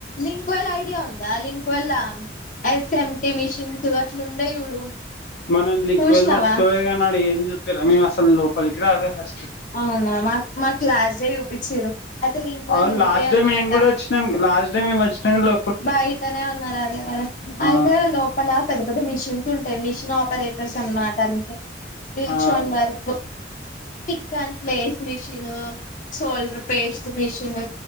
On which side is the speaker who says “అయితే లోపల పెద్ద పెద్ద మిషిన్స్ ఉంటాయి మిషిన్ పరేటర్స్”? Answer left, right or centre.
Left